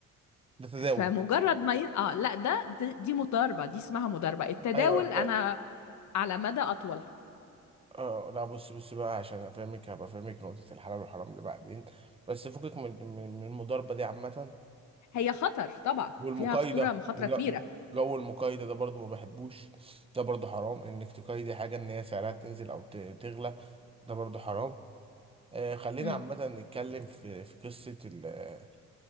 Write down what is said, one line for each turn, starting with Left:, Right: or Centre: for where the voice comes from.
Right: ده تداول
Left: فمجرد ما ي... اه لا ده دي دي مضاربة دي اسمها مضاربة التداول
Right: ايوه ده
Left: انا على مدى اطول
Right: اه لا بص بص بقى عشان افهمك هبقى افهمك نقطة الحلال والحرام دي بعدين بس فكك من من من المضاربة دي عامة
Left: هي خطر طبعا
Right: والمقايضة
Left: فيها خطورة مخاطرة
Right: وجو
Left: كبيرة
Right: المقايضة ده برضو ما بحبوش ده برضو حرام انك تقايضي حاجة ان هي سعرها تنزل او ت- تغلى ده برضو حرام آه خلينا
Left: امم
Right: عامة نتكلم في في قصة ال